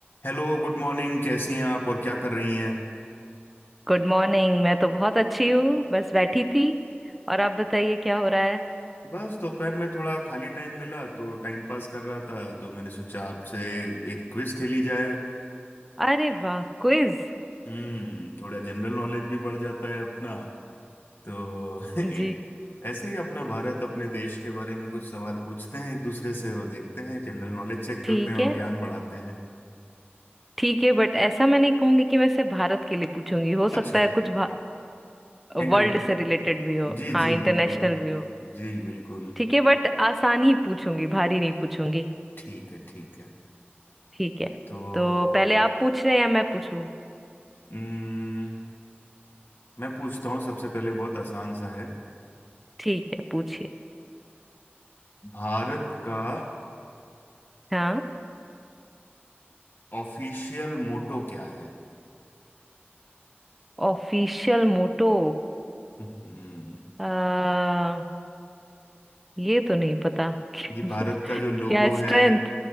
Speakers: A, on the left; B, in the centre.
A: Hello good morning कैसी हैं आप और क्या कर रही हैं
B: Good morning मैं तो बहुत अच्छी हूँ बस बैठी थी और आप बताइए क्या हो रहा है
A: बस दोपहर में थोड़ा खाली टाइम मिला तो टाइम पास कर रहा था तो मैंने सोचा आपसे एक क्विज खेली जाए
B: अरे वाह क्विज
A: हम्म थोड़ा जनरल नॉलेज भी बढ़ जाता है अपना तो <laughs>
B: जी
A: ऐसे ही अपना भारत अपने देश के बारे में कुछ सवाल पूछते हैं एक दूसरे से और देखते हैं जनरल नॉलेज चेक
B: ठीक
A: करते हैं
B: है
A: और ज्ञान बढ़ाते हैं
B: ठीक है बट ऐसा मैं नहीं कहूंगी कि मैं सिर्फ भारत के लिए पूछूंगी हो सकता
A: अच्छा
B: है कुछ
A: इंटर
B: वर्ल्ड से रिलेटेड भी हो
A: जी
B: हाँ
A: जी
B: इंटरनेशनल
A: बिल्कुल
B: भी हो
A: जी बिल्कुल
B: ठीक है
A: ओ,
B: बट आसान ही पूछूंगी भारी नहीं पूछूंगी
A: ठीक है ठीक है
B: ठीक है
A: तो
B: तो पहले आप पूछ रहे हैं या मैं पूछूं
A: हम्म मैं पूछता हूँ सबसे पहले बहुत आसान सा है
B: ठीक है पूछिए
A: भारत का
B: हाँ
A: ऑफिशियल मोटो क्या है
B: ऑफिशियल मोटो
A: हम्म
B: आ, ये तो नहीं पता <laughs> क्या
A: जी भारत का जो लोगो है
B: स्ट्रेंथ